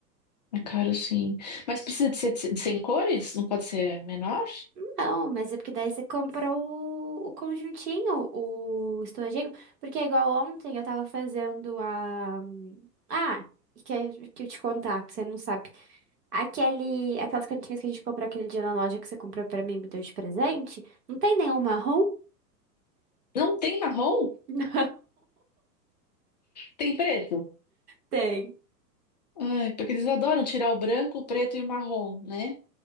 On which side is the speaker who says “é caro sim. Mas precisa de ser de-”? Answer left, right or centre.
Left